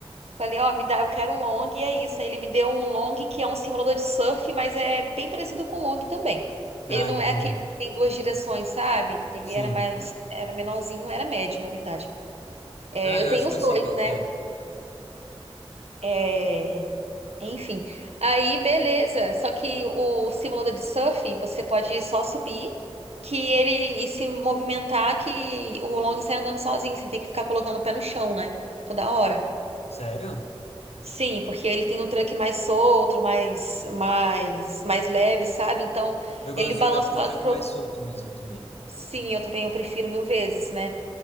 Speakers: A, on the right; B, on the left.
A: Falei, ó, me dá, eu quero um long e é isso. Aí ele me deu um long que é um simulador de surf, mas é bem parecido com o long também. Ele
B: Ah,
A: não
B: entendi.
A: é aquele que tem duas direções, sabe? Ele
B: Sim.
A: era mais, era menorzinho, era médio, na verdade. É,
B: Ah,
A: eu
B: eu
A: tenho
B: acho
A: os
B: que eu
A: dois,
B: sei qual
A: né?
B: que é.
A: É, enfim. Aí, beleza. Só que o simulador de surf, você pode só subir que ele e se movimentar que o long sai andando sozinho, sem ter que ficar colocando o pé no chão, né? Toda hora.
B: Sério?
A: Sim, porque ele tem um truck mais solto, mais, mais, mais leve, sabe? Então,
B: Eu gosto
A: ele balança
B: de andar com
A: do
B: o
A: lado
B: tranco
A: pro
B: mais
A: outro.
B: solto mesmo também.
A: Sim, eu também eu prefiro mil vezes, né?